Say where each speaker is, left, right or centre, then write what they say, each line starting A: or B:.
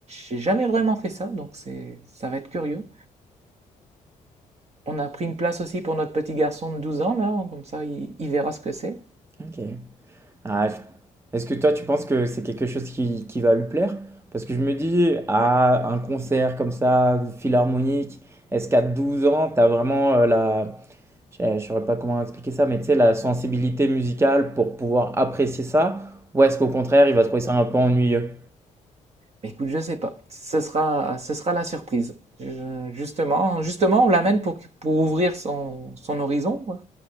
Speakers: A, on the right (about 50°); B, on the right (about 20°).
A: j'ai jamais vraiment fait ça, donc c'est, ça va être curieux. On a pris une place aussi pour notre petit garçon de 12 ans, là, comme ça, il il verra ce que c'est.
B: Ok. Ah, je- Est-ce que toi, tu penses que c'est quelque chose qui, qui va lui plaire? Parce que je me dis, à un concert comme ça, philharmonique, est-ce qu'à 12 ans, t'as vraiment euh, la... Je ne saurais pas comment expliquer ça, mais tu sais, la sensibilité musicale pour pouvoir apprécier ça? Ou est-ce qu'au contraire, il va trouver ça un peu ennuyeux?
A: Mais Écoute, je sais pas. Ce sera, ce sera la surprise. Je- justement, justement, on l'amène pour, pour ouvrir son, son horizon. ouais.